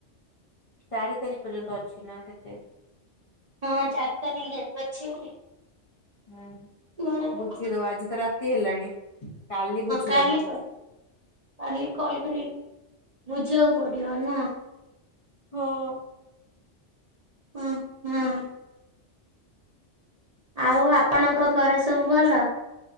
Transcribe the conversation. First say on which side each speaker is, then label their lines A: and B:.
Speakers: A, on the left; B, on the right.
A: ଚାରି ତାରିକ୍ ପର୍ଯ୍ୟନ୍ତ ଅଛି ନା କେତେ?
B: ହଁ ଚାରତାରିକି ଯାଏ ଅଛି।
A: ହୁଁ
B: ହଁ
A: ବୁଝିଦବ ଆଜି ତ ରାତି ହେଲାଣି କାଲି ବୁଝିଦବ।
B: କାଲି କାଲି କଲ କରି ବୁଝିବାକୁ ପଡ଼ିବ ନୁଅଁ।
A: ହଁ।
B: ଉଁ ହଁ। ଆଉ ଆପଣଙ୍କ ଘରେ ସବୁ ଭଲ?